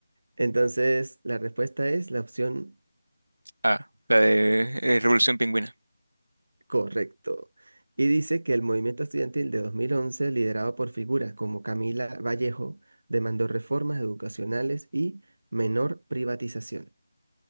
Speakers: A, on the right; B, on the right.
A: entonces la respuesta es la opción
B: Ah, la de eh, Revolución Pingüina.
A: Correcto. Y dice que el movimiento estudiantil de 2011 liderado por figuras como Camila Vallejo, demandó reformas educacionales y menor privatización.